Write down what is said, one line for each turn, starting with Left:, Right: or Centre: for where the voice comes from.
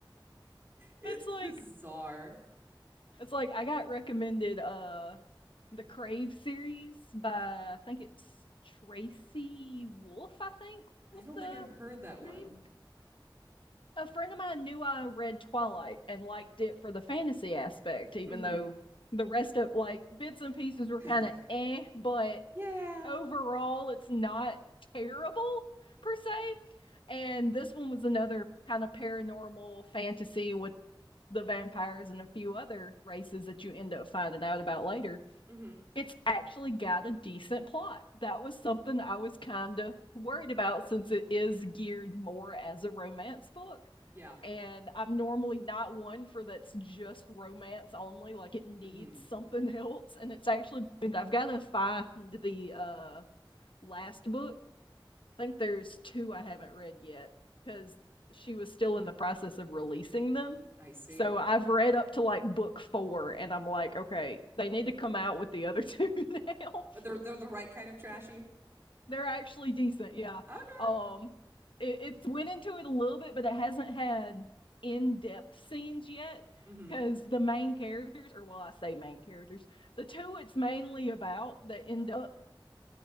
Right: It's
Left: like
Right: bizarre.
Left: it's like I got recommended uh the Crave series by I think it's Tracy Wolf, I think
Right: I
Left: was
Right: don't
Left: the
Right: think I've heard that one.
Left: name. A friend of mine knew I read Twilight and liked it for the fantasy aspect, even
Right: Mm-hmm.
Left: though the rest of like bits and pieces were
Right: <sighs>
Left: kinda
Right: yeah.
Left: eh, but
Right: Yeah.
Left: overall it's not terrible per se. And this one was another kind of paranormal fantasy with the vampires and a few other races that you end up finding out about later,
Right: Mm-hmm.
Left: it's actually got a decent plot. That was something I was kind of worried about since it is geared more as a romance book.
Right: Yeah.
Left: And I'm normally not one for that's just romance only, like it needs
Right: Mm-hmm.
Left: something <laughs> else. And it's actually been, I've got to find the uh, last book I think there's two I haven't read yet because she was still in the process of releasing them.
Right: I see.
Left: So I've read up to like book four, and I'm like, okay, they need to come out with the other two now.
Right: Uh, They're they're the right kind of trashy.
Left: <laughs> They're actually decent, yeah.
Right: Okay.
Left: Um, it, it's went into it a little bit, but it hasn't had in-depth scenes yet
Right: Mm-hmm.
Left: because the main characters, or well, I say main characters, the two it's mainly about that end up